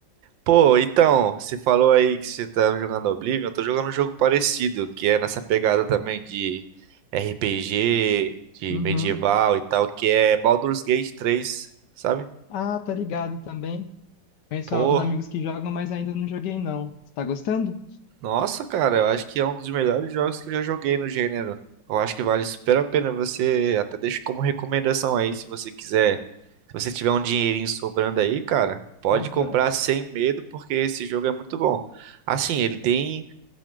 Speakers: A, on the right; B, on the left.
A: Pô, então, você falou aí que você tava jogando Oblivion. Eu tô jogando um jogo parecido, que é nessa pegada também de RPG, de
B: Uhum.
A: medieval e tal, que é Baldur's Gate 3, sabe?
B: Ah, tá ligado também. Conheço
A: Pô,
B: uns amigos que jogam, mas ainda não joguei, não. Você tá gostando?
A: Nossa, cara, eu acho que é um dos melhores jogos que eu já joguei no gênero. Eu acho que vale super a pena você, até deixo como recomendação aí, se você quiser, se você tiver um dinheirinho sobrando aí, cara, pode
B: Aham.
A: comprar sem medo, porque esse jogo é muito bom. Assim, ele tem,